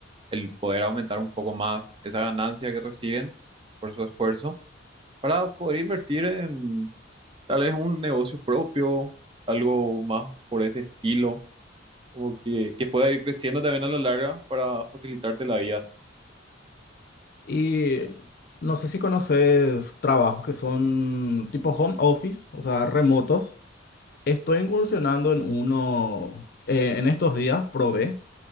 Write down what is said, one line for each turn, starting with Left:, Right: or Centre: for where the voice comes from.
Right: el poder aumentar un poco más esa ganancia que reciben por su esfuerzo para poder invertir en tal vez un negocio propio, algo más por ese estilo, como que, que pueda ir creciendo también a la larga para facilitarte la vida.
Left: Y no sé si conoces trabajos que son tipo home office, o sea, remotos. Estoy incursionando en uno eh, en estos días, probé.